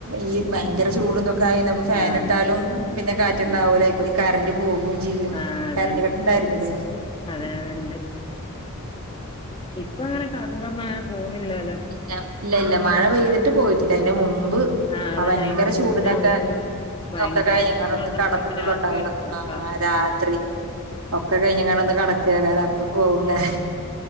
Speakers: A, on the right; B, on the left.
A: ഈ ഭയങ്കര ചൂടുംന്തൊ കയിഞ്ഞപ്പോ ഫാൻട്ടാലും
B: ആഹ്
A: പിന്നെ കാറ്റുണ്ടാവൂല
B: ഉം
A: പ്പൊ കറന്റ് പോകയും ചെയ്യും
B: ആഹ് അതന്നെ
A: കറന്റ് ണ്ടായിരുന്നില്ലേ?
B: അതെ അതെണ്ട് ഇപ്പ അങ്ങനെ കറന്റോന്നുങ്ങനെ പോന്നില്ലാല്ലോ
A: ഇല്ല. ഇല്ല ഇല്ല മഴ പെയ്തിട്ട് പോയിട്ടില്ല അയിന്റെ മുമ്പ്
B: ആഹ് അതന്നെ
A: ആഹ്‌ ഭയങ്കര
B: അയിന്റെ മുന്നേ
A: ചൂടിനൊക്കെ
B: ഓ ഭയങ്കര
A: നക്കെ കഴിഞ്ഞങ്ങളൊന്ന്
B: ചൂടുള്ള സമയത്ത്
A: കെടന്നിട്ടുള്ള
B: രാത്രി
A: ണ്ടാവുക
B: ഒരു പോക്കാ
A: ആ രാത് ത്രി ഒക്കെ കഴിഞ്ഞങ്ങട്ട്ന്ന് കടക്കുലെ കാല അപ്പൊ പോകും ലെ
B: ഏഹ്